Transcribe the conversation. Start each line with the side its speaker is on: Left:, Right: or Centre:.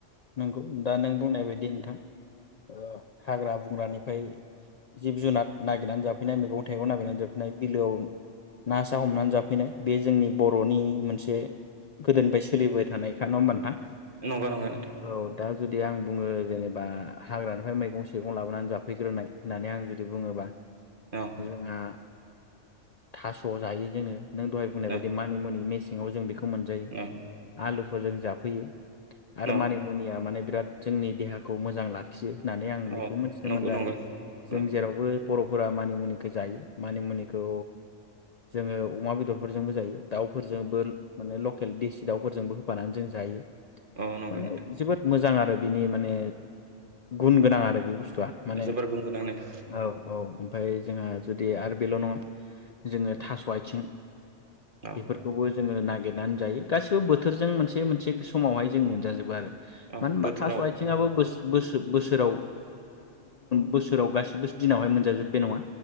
Left: नोंगौ दा नों बुंनाय बायदि नोंथां ओ हाग्रा बुं <unintelligible> फाय जिब जुनाद नागिरनानै जाफैनाय मैगं थाइगं नागिरनानै जाफैनाय बिलोआव ना सा हमनानै जाफैनाय बे जोंनि बर'नि मोनसे गोदोनिफ्राय सोलिबाय थानायखा नङा होमबा नोंथां?
Right: नंगौ नंगौ नोंथां।
Left: औ दा जुदि आं बुङो जेनेबा हाग्रानिफ्राय मैगं सेगं लाबोनानै जाफैग्रोनाय होननानै आं जुदि बुङोबा
Right: औ
Left: जोंहा थास' जायो जोङो नों दहाय बुंनाय
Right: औ
Left: बायदि मानि मुनि मे सेङाव जों बेखौ मोनजायो
Right: औ
Left: आलु फोरजों जाफैयो आरो
Right: औ
Left: मानि माने बिराद जोंनि देहाखौ मोजां लाखियो। होननानै आं
Right: औ
Left: बेखौ मिथिनो
Right: नंगौ
Left: मोनदों
Right: नंगौ
Left: आरो जों
Right: औ
Left: जेरावबो बर'फोरा मानिमुनिखौ जायो मानिमुनिखौ जोङो ओ अमा बेदरफोरजोंबो जायो। दाउफोरजोंबो माने लकेल देसि दाउफोरजोंबो होफानानै जों जायो।
Right: अ नंगौ
Left: माने
Right: नोंथां।
Left: जोबोद मोजां आरो बिनि माने गुन गोनां आरो बे बुस्थु आ माने
Right: जोबोर गुन गोनां नोंथां
Left: औ औ। ओमफाय जोंहा जुदि आरो बेल नङा जोङो थास' आथिं
Right: औ
Left: बेफोरखौबो जोङो ना गिरनानै जायो गासिबो बोथोरजों मोनसे मोनसे समावहाय जों मोनजाजोबो आरो। मानो
Right: औ
Left: होनोबा
Right: बोथोराव
Left: थास' आथिंआबो बो सोराव बोसोराव गासिबो दिनावहाय मोनजाजोबो बे नङा।